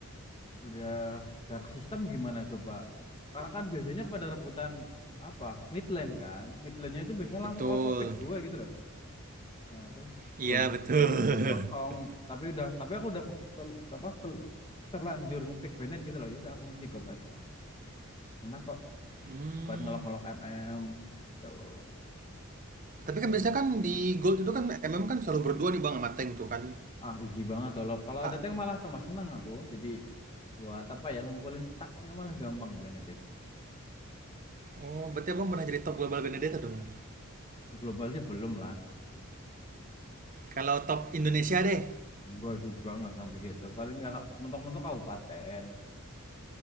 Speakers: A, on the left; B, on the right.
A: udah dark system gimana coba? Sekarang kan biasanya pada rebutan apa? Mid lane kan. Mid lane-nya itu biasanya
B: Betul.
A: langsung auto pick dua gitu loh. Nah, terus
B: Iya
A: gol
B: betul.
A: gol lainnya kosong,
B: <laughs>
A: tapi udah tapi aku udah ke, ke- apa ke- terlanjur ngepick Bennett gitu loh. Ya udah aku ngisi gol aja. Enak kok
B: Hmm,
A: buat ngelok-ngelok MM. Tuh.
B: Tapi kan biasanya kan di Gold itu kan MM kan selalu berdua nih Bang sama Tank tuh kan.
A: Ah, easy banget loh. Kalau
B: Ah,
A: ada tank malah tambah seneng aku. Jadi buat apa ya ngumpulin stacknya malah gampang Bennett itu.
B: oh, berarti Abang pernah jadi top global Benedetta dong Bang?
A: Global sih belum lah.
B: Kalau top Indonesia deh.
A: Enggak juga nggak sampai gitu. Paling nggak mentok-mentok kabupaten.